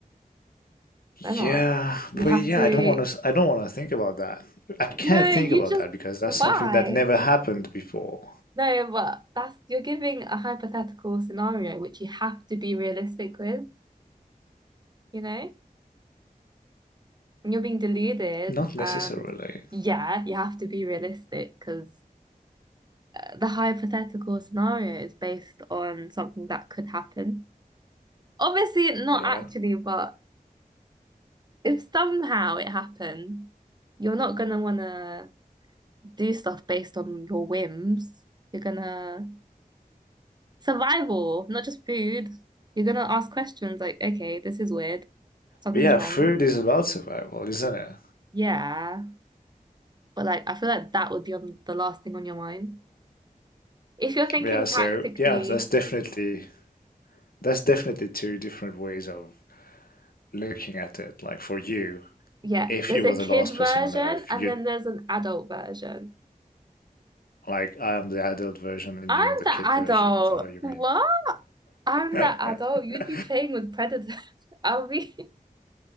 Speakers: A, on the right; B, on the left.
A: Then
B: Yeah,
A: what?
B: but
A: You'll have
B: yeah,
A: to
B: I don't want to. I don't want to think about that. I can't
A: No,
B: think
A: you
B: about
A: just
B: that because that's
A: why?
B: something that never happened before.
A: No, but that's you're giving a hypothetical scenario which you have to be realistic with, you know? you're being deluded
B: Not necessarily.
A: and yeah you have to be realistic because the hypothetical scenario is based on something that could happen obviously not
B: Yeah.
A: actually but if somehow it happened you're not gonna wanna do stuff based on your whims you're gonna survival not just food you're gonna ask questions like okay this is weird something's
B: But yeah,
A: wrong
B: food is about survival, isn't it?
A: yeah but like I feel like that would be on the last thing on your mind If you're thinking
B: Yeah, so
A: tactically,
B: yeah, that's definitely that's definitely two different ways of looking at it. Like for you,
A: yeah,
B: if
A: there's
B: you
A: a
B: were the
A: kid
B: last
A: version
B: person on Earth,
A: and
B: you'd
A: then there's an adult version.
B: like I am the adult version and
A: I'm
B: you're the
A: the
B: kid
A: adult.
B: version. Is that what you
A: What? I'm
B: mean?
A: the adult.
B: <laughs>
A: You'd be playing with predators. <laughs> I'll be